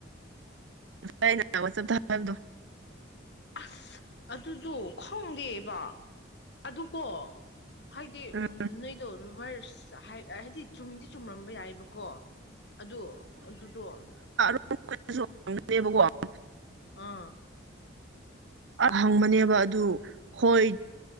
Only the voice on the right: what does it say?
ꯉꯁꯩꯅ ꯋꯥꯆꯞꯇ ꯍꯥꯏꯕꯗꯣ
ꯎꯝ
ꯣꯏꯁꯨꯗꯦꯕꯀꯣ <unintelligible>
ꯑ ꯍꯪꯕꯅꯦꯕ ꯑꯗꯨ ꯍꯣꯏ